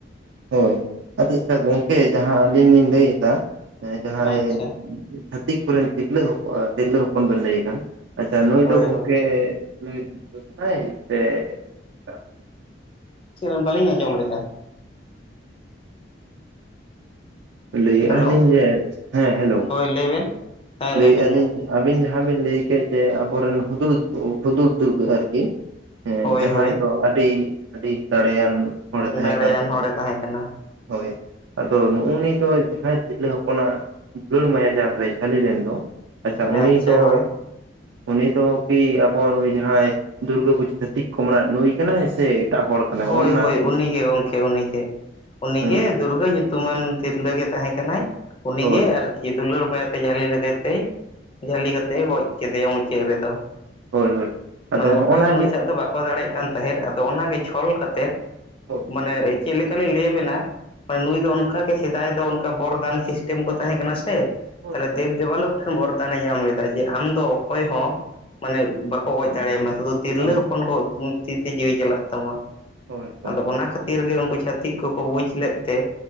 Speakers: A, on the right (about 75°); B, on the left (about 30°).
A: ᱦᱳᱭ <unintelligible> ᱜᱚᱝᱠᱮ ᱡᱟᱦᱟᱸ ᱟᱹᱞᱤᱧ ᱞᱤᱧ ᱞᱟᱹᱭ ᱮᱫᱟ ᱡᱟᱦᱟᱸᱭ,
B: ᱟᱪᱪᱷᱟ
A: ᱪᱷᱟᱹᱛᱤᱠ ᱠᱚᱨᱮᱱ ᱛᱤᱨᱞᱟᱹ ᱦᱚᱯᱚᱱ ᱛᱤᱨᱞᱟᱹ ᱦᱚᱯᱚᱱ ᱵᱮᱱ ᱞᱟᱹᱭᱮ ᱠᱟᱱ, ᱟᱪᱪᱷᱟ ᱱᱩᱭ
B: ᱦᱳᱭ
A: ᱫᱚ ᱜᱚᱢᱠᱮ
B: ᱦᱳᱭ
A: <unintelligible>
B: ᱪᱮᱫ ᱵᱟᱹᱞᱤᱧ ᱟᱸᱡᱚᱢ ᱞᱮᱜᱼᱟ ᱾
A: ᱞᱟᱹᱭᱮᱜᱼᱟ
B: ᱦᱮᱞᱳ
A: ᱞᱤᱧ ᱡᱮ ᱦᱮᱸ ᱦᱮᱞᱳ
B: ᱦᱳᱭ ᱞᱟᱹᱭ ᱵᱮᱱ ᱦᱮᱸ
A: ᱞᱟᱹᱭᱮᱫᱼᱟ
B: ᱞᱟᱹᱭ ᱵᱮᱱ
A: ᱞᱤᱧ
B: ᱢᱟ
A: ᱟᱵᱤᱱ ᱡᱟᱦᱟᱸ ᱵᱤᱱ ᱞᱟᱹᱭ ᱠᱮᱫ ᱡᱮ ᱟᱵᱚᱨᱮᱱ ᱦᱩᱫᱩᱲ ᱦᱩᱫᱩᱲ ᱫᱩᱨᱜᱟᱹ ᱟᱨᱠᱤ ᱦᱮᱸ
B: ᱦᱳᱭ
A: ᱡᱟᱦᱟᱸᱭ
B: ᱦᱳᱭ
A: ᱫᱚ ᱟᱹᱰᱤ ᱟᱹᱰᱤ ᱫᱟᱲᱮᱭᱟᱱ ᱦᱚᱲ ᱮ ᱛᱟᱦᱮᱸ
B: ᱫᱟᱲᱮᱭᱟᱱ
A: ᱠᱟᱱ ᱛᱟᱵᱱᱟ
B: ᱦᱚᱲᱮ ᱛᱟᱦᱮᱸ ᱠᱟᱱᱟ
A: ᱦᱳᱭ ᱾ ᱟᱫᱚ ᱱᱩᱱᱩᱭ ᱫᱚ ᱡᱟᱦᱟᱸᱭ ᱛᱤᱨᱞᱟᱹ ᱦᱚᱯᱚᱱᱟᱜ ᱫᱩᱞᱟᱹᱲ ᱢᱟᱭᱟ ᱡᱟᱞᱨᱮ ᱡᱷᱟᱹᱞᱤ ᱞᱮᱱ ᱫᱚ ᱟᱪᱪᱷᱟ
B: ᱦᱮᱸ
A: ᱩᱱᱤ ᱫᱚ
B: ᱦᱳᱭ
A: ᱩᱱᱤ ᱫᱚ ᱠᱤ ᱟᱵᱚ ᱱᱩᱭ ᱡᱟᱦᱟᱸᱭ ᱫᱩᱨᱜᱟᱹ <unintelligible> ᱪᱷᱟᱛᱤᱠ <unintelligible> ᱱᱩᱭ ᱠᱟᱱᱟᱭ ᱥᱮ ᱮᱴᱟᱜ ᱦᱚᱲ ᱠᱟᱱᱟᱭ
B: ᱦᱳᱭ
A: ᱚᱱᱟᱜᱮ
B: ᱦᱳᱭ ᱩᱱᱤᱜᱮ ᱜᱚᱢᱠᱮ ᱩᱱᱤᱜᱮ ᱩᱱᱤᱜᱮ
A: ᱦᱩᱸ
B: ᱫᱩᱨᱜᱟᱹ ᱧᱩᱛᱩᱢᱟᱱ ᱛᱤᱨᱞᱟᱹ ᱜᱮ ᱛᱟᱦᱮᱸ ᱠᱟᱱᱟᱭ ᱩᱱᱤᱜᱮ
A: ᱦᱳᱭ
B: ᱟᱨᱠᱤ, ᱫᱩᱞᱟᱹᱲ ᱢᱟᱭᱟᱛᱮ ᱡᱷᱟᱹᱞᱤ ᱞᱮᱫᱮ ᱛᱮ ᱡᱷᱟᱹᱞᱤ ᱠᱟᱛᱮ ᱮ ᱜᱚᱡ ᱠᱮᱫᱮᱭᱟ ᱢᱩᱪᱟᱹᱫᱽ ᱨᱮᱫᱚ
A: ᱦᱳᱭ ᱦᱳᱭ ᱟᱫᱚ
B: ᱢᱟᱱᱮ
A: ᱦᱚᱜᱼᱱᱟ
B: ᱚᱠᱚᱭ ᱦᱚᱸ ᱱᱩᱭ
A: ᱜᱮ
B: ᱥᱟᱜ ᱫᱚ ᱵᱟᱠᱚ ᱵᱟᱠᱳ ᱫᱟᱲᱮᱭᱟᱜ ᱠᱟᱱ ᱛᱟᱦᱮᱸᱫ ᱟᱫᱚ ᱚᱱᱟᱜᱮ ᱪᱷᱚᱞ ᱠᱟᱛᱮ
A: ᱦᱳᱭ
B: ᱢᱟᱱᱮ, ᱪᱮᱫ ᱞᱮᱠᱟ ᱞᱮ ᱞᱟᱹᱭ ᱟᱵᱮᱱᱟ ᱱᱩᱭ ᱫᱚ ᱚᱱᱠᱟᱜ ᱥᱮᱫᱟᱭ ᱫᱚ ᱚᱱᱠᱟ ᱵᱚᱨᱫᱟᱱ ᱥᱤᱥᱴᱮᱢ ᱠᱚ ᱛᱟᱦᱮᱸ ᱠᱟᱱᱟ ᱥᱮ
A: ᱦᱳᱭ
B: ᱛᱟᱦᱚᱞᱮ
A: ᱦᱳᱭ
B: ᱫᱮᱵ ᱫᱮᱵᱟᱞᱚᱠ ᱴᱷᱮᱱ ᱵᱚᱨᱫᱟᱱᱮ ᱧᱟᱢ ᱞᱮᱫᱟ ᱡᱮ ᱟᱢ ᱫᱚ ᱚᱠᱚᱭ ᱦᱚᱸ ᱢᱟᱱᱮ ᱵᱟᱠᱚ ᱚᱡᱽ ᱫᱟᱲᱮᱟᱭᱢᱟ ᱥᱩᱫᱷᱩ ᱛᱤᱨᱞᱟᱹ
A: ᱵᱟᱝ
B: ᱦᱚᱯᱚᱱ ᱠᱚ ᱛᱤ ᱛᱮ ᱡᱤᱣᱤ ᱪᱟᱞᱟᱜ ᱛᱟᱢᱟ ᱾
A: ᱦᱳᱭ ᱦᱳᱭ
B: ᱟᱫᱚ ᱚᱱᱟ ᱠᱷᱟᱹᱛᱤᱨ ᱜᱮ ᱩᱱᱠᱩ ᱪᱷᱟᱹᱛᱤᱠ ᱠᱚᱠᱚ ᱵᱩᱡᱽ ᱞᱮᱫ ᱛᱮ